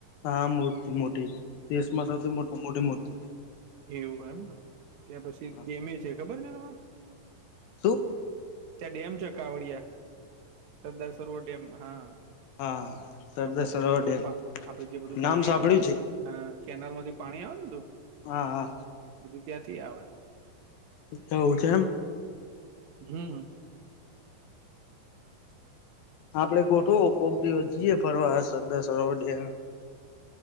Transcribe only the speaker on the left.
હા મૂર્તિ મોટી દેશમાં
સૌથી મો મોટી મૂર્તિ.
હા
<unintelligible>
હા સરદાર
સરોવર
ડેમ
નામ સાંભળ્યું
છે
હા હા
એવું છે એમ
આપડે ગોઠવો કોક દિવસ જઈએ ફરવા <unintelligible>